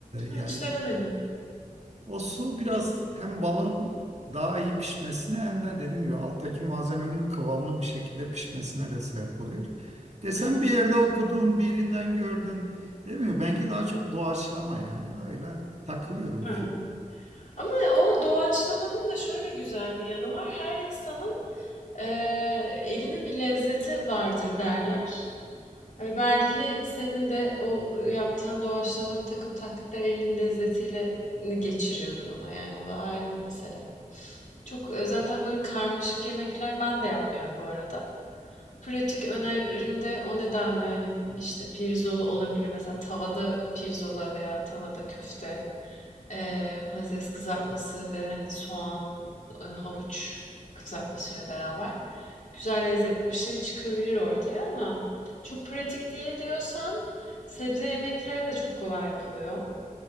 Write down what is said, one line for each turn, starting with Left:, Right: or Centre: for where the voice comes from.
Right: yani
Left: Hiç denemedim.
Right: o su biraz
Left: Mi
Right: hem balın daha iyi pişmesine hem de dediğim gibi alttaki malzemenin kıvamlı bir şekilde pişmesine de sebep oluyor. Desem
Left: Hı hı.
Right: bir yerde okudun, birinden gördün, değil mi? Belki daha çok doğaçlama yani öyle takılıyorum.
Left: Hıı. Ama o doğaçlamanın da şöyle güzel bir yanı var. Her insanın Eee, elinin bir lezzeti vardır derler. Ve belki senin de o yaptığın doğaçlama bir takım taktikler elinin lezzetiyle geçiriyordur ona. Yani o da ayrı bir mesele. Çok e, zaten böyle karmaşık yemekler ben de yapmıyorum bu arada. Pratik önerim de o nedenle hani işte pirzolu olabilir. Mesela tavada pirzola veya tavada köfte Eee, patates kızartması ve, hani, soğan, ııı, havuç kızartmasıyla beraber güzel, lezzetli bir şey çıkabilir ortaya ama çok pratik değil diyorsan sebze yemekleri de çok kolay yapılıyor.